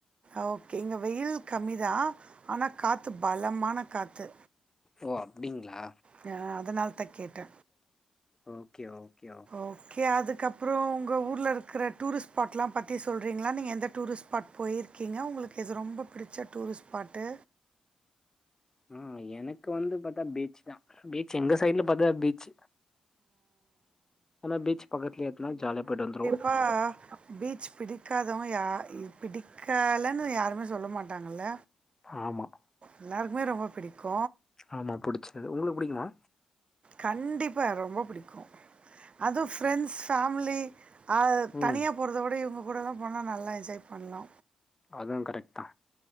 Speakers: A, on the right; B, on the left.
A: ஓகே இங்க வெயில் கம்மிதா ஆனா காத்து பலமான காத்து
B: ஒ அப்டிங்களா
A: ந அதனால தா கேட்டே
B: ஓகே ஓகே ஓ
A: ஓகே அதுக்கப்பறோ ஒங்க ஊரில இருக்கிற டூரிஸ்ட் ஸ்பாட்லா பத்தி சொல்றீங்களா நீங்க எந்த டூரிஸ்ட் ஸ்பாட் போயிருக்கீங்க உங்களுக்கு இது ரொம்ப பிடிச்ச டூரிஸ்ட் ஸ்பாட்டு
B: மேம் எனக்கு வந்து பாத்தா பீச் தா பீச் எங்க சைடுல பாத்தா பீச் ஆனா பீச் பக்கத்துல இருக்னால ஜாலியா போயிட்டு வந்துருவோ
A: அப்ப பீச் பிடிக்காதவங்க யா பிடிக்கலைன்னு யாருமே சொல்ல மாட்டாங்கல்ல
B: ஆமா
A: எல்லாருக்குமே ரொம்ப பிடிக்கு
B: ஆமா புடிச்சது உங்களுக்கு புடிக்குமா
A: கண்டிப்பா ரொம்ப பிடிக்கு அதுவு ஃப்ரெண்ட்ஸ் ஃபேமிலி அ
B: ம்
A: தனியா போறத விட இவங்க கூடலா போனா நல்லா என்ஜாய் பண்ணலா
B: அதுவு கரைட் தா